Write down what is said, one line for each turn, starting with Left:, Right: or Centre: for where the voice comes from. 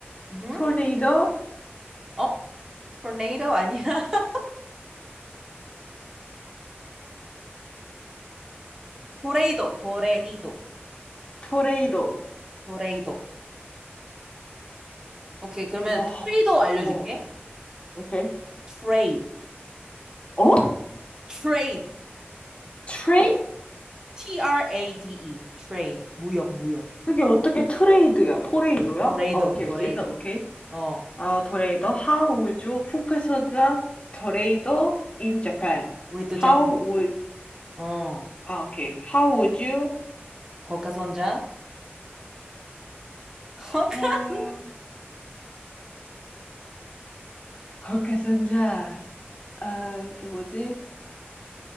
Right: 음,
Left: 토네이도,
Right: 어 토네이도 아니야 <laughs> 도레이도 도레이도
Left: 토레이도.
Right: 도레이도 오케이. 그러면
Left: 와,
Right: 토레이더 알려줄게.
Left: 어, 오케이.
Right: trade
Left: 어?
Right: 트레이드.
Left: 트레이?
Right: T-R-A-D-E T R A D E. trade 무역 무역
Left: 그게 어떻게 트레이드야? 토레이도야?
Right: 도레이도
Left: 아, 오케이,
Right: 도레이도
Left: 오케이. 일단 오케이.
Right: 어,
Left: 아, 토레이도. How would you? 후카사자 토레이도 in Japan.
Right: a p 자
Left: How
Right: n
Left: would,
Right: 어.
Left: 아, 오케이. How would you?
Right: 호카선자
Left: 헐,
Right: Hokkaido.
Left: 후카사자. 아, 이게 뭐지?